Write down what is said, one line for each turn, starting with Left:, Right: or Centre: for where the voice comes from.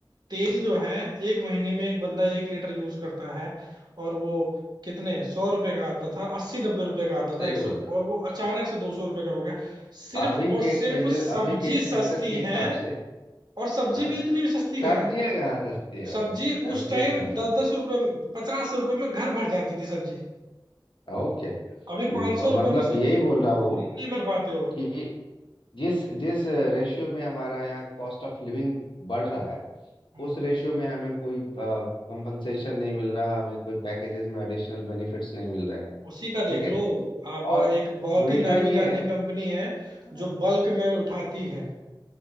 Right: तेल जो है एक महीने में एक बंदा एक लीटर यूज करता है और वो कितने सौ रुपये का आता था अस्सी नब्बे रुपये का आता
Left: सही
Right: था एक
Left: बोल
Right: सौ
Left: रहे
Right: और
Left: हो
Right: वो अचानक
Left: सही।
Right: से दो सौ रुपये का हो गया सिर्फ
Left: अभी
Right: और
Left: के
Right: सिर्फ
Left: एक्सपेंसेस
Right: सब्जी
Left: अभी के एक्सपेंसेस
Right: सस्ती
Left: के हिसाब
Right: है
Left: से
Right: और सब्जी
Left: हाँ
Right: भी इतनी सस्ती का
Left: सब्जियां
Right: है
Left: कहाँ सस्ती है भाई
Right: सब्जी
Left: सब्जियां
Right: उस टाइम
Left: कहाँ सस्ती
Right: दस दस रुपये पचास रुपये में घर भर जाती थी सब्जी
Left: और क्या
Right: अभी
Left: म-
Right: पाँच सौ रुपये
Left: मतलब
Right: में सब्जी
Left: यही बोल रहा
Right: फ्रिज
Left: हूँ
Right: नहीं भर पाते
Left: कि जिस जिस रेशियो में हमारा यहाँ कॉस्ट ऑफ लिविंग बढ़ रहा है
Right: हो
Left: उस रेशियो में हमें कोई कंपनसेशन नहीं मिल रहा हमें कोई पैकेजेस में एडिशनल बेनिफिट्स नहीं मिल रहे हैं
Right: उसी का देख
Left: ठीक है
Right: लो आप एक
Left: और
Right: बहुत
Left: उल्टा
Right: ही नामी
Left: ये
Right: जानी
Left: है
Right: कंपनी है
Left: हाँ
Right: जो बल्क में उठाती है